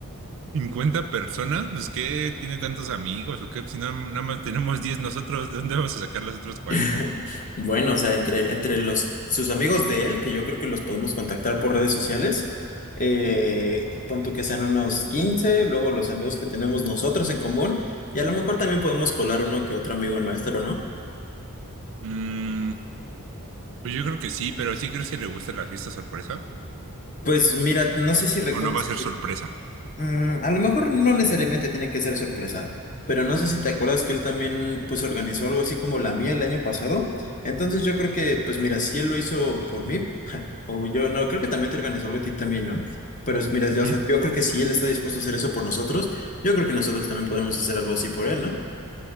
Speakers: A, on the right; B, on the left.
A: ¿50 personas? Pues ¿qué tiene tantos amigos o qué? Si no, nada más tenemos 10 nosotros, ¿de dónde vamos a sacar los otros 40?
B: <laughs> Bueno, o sea, entre, entre los, sus amigos de él, que yo creo que los podemos contactar por redes sociales, eh, pon tú que sean unos 15, luego los amigos que tenemos nosotros en común, y a lo mejor también podemos colar uno que otro amigo nuestro, ¿no?
A: Mm, pues yo creo que sí, pero ¿sí crees que le gusta la fiesta sorpresa?
B: Pues mira, no sé si recuerdas.
A: O no va a ser sorpresa.
B: Mm, a lo mejor no necesariamente tiene que ser sorpresa, pero no sé si te acuerdas que él también pues organizó algo así como la mía el año pasado. Entonces yo creo que pues mira, si él lo hizo por mí, <laughs> o yo no, creo que también te organizó algo a ti también, ¿no? Pero es- mira, yo,
A: Ujú.
B: o sea, yo creo que si él está dispuesto a hacer eso por nosotros, yo creo que nosotros también podemos hacer algo así por él, ¿no?